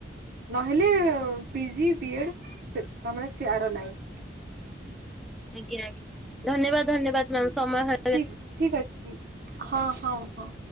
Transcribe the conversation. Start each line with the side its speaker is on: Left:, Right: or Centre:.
Right: ନହେଲେ ପିଜି ବି ଏଡ଼ <unintelligible>
Centre: ଆଜ୍ଞା ଆଜ୍ଞା ଧନ୍ୟବାଦ ଧନ୍ୟବାଦ ମ୍ୟାମ ସମୟ ହେ
Right: ଠିକ୍ ଠିକ୍ ଅଛି ହଁ ହଁ ହଁ।